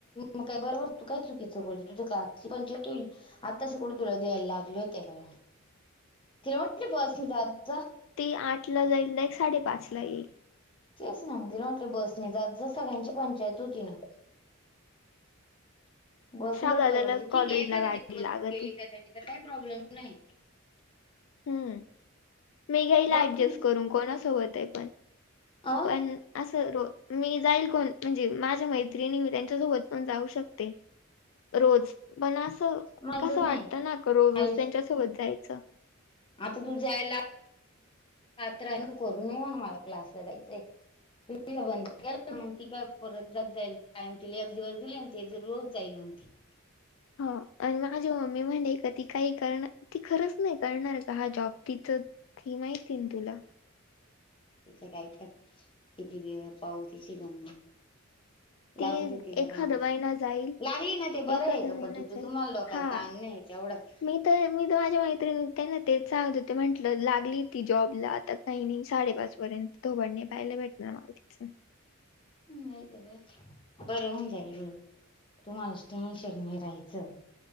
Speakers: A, on the left; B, on the left.
A: मग काय बरोबर तू काय चुकीचं बोल तुझ ग्राची पंचायत होईल आता शेकड तुला द्यायला लागले होते का तिला म्हटलं बसझ आ
B: ते आठ ला जाईल नाही साडेपाच ला येईल
A: तेच ना म्हणजेटलं बस नाही ज सगळ्यांची पंचायत होती ना बस
B: श्राव
A: उलट
B: दादाला
A: पररवडते ठीक
B: कॉलेजला
A: आहे एखाद्या
B: गाडी
A: तस्
B: लागती
A: तू गेली त्याच्याने तर काही प्रॉब्लेम नाही
B: हम्म मी घ्याईला
A: बस
B: ऍडजस्ट करून कोणासं होत आहे पण
A: अ
B: पण असं र मी जाईल कोण म्हणजे माझ्या मैत्रिणी मी त्यांच्यासोबत पण जाऊ शकते रोज पण असं
A: माहितच
B: कसं वाटत ना का रोज
A: नाही
B: रोज त्यांच्यासोबत जायचं
A: आता तू जा्यायला्र तू करू नये म्हणा मला क्लासला जायचंय त त बंद के मग ती काय परत जात जाईल कायम तिला एक दिवस दिली ते ज रोज जाईल मग ती
B: ह आणि माझी मम्मी म्हणाले का ती काही करण ती खरंच नाही करणार का हा जॉब तिचं ी माहिती ना तुला
A: तिथ काही ख किती व पाऊ तिची गम
B: ती
A: लागू दे तिला
B: एखादा
A: का
B: महिना जाईल
A: लागली ना ते बरं
B: एखादा
A: आहे का
B: महिना
A: पण तिवट
B: जाईल
A: तुम्हाला डोकायला
B: हा
A: त आण नाही एवढंच
B: मी तर मी तर माझ्या मैत्रिणी त्यांना ते सांगत हो ते म्हंटलं लागली ती जॉबला आता काही नाही साडेपाच पर्यंत तो बडणे पाहायला भेटणार ना मला तिचं
A: नाही ते का बरं होऊन जाईल ळ तुम्हाला स्टेनशन नाही राहायचं.